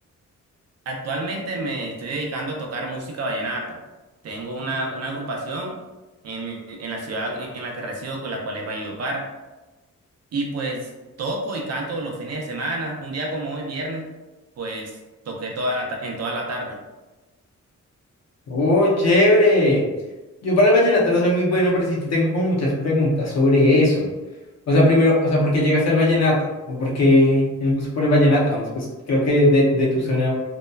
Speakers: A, on the right (about 55°); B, on the left (about 60°).
A: Actualmente me estoy dedicando a tocar música vallenata. Tengo una, una agrupación en, mi- en la ciudad en, en la que resido, con la cual es Valledupar. Y pues toco y canto los fines de semana. Un día como hoy, viernes, pues toqué toda la ta- en toda la tarde.
B: ¡Oh, chévere! Yo para el vallenato no soy muy bueno, pero sí te tengo como muchas preguntas sobre eso. O sea, primero, o sea, ¿por qué llegaste al vallenato? ¿O por qué el gusto por el vallenato? Además, pues creo que de, de tu zona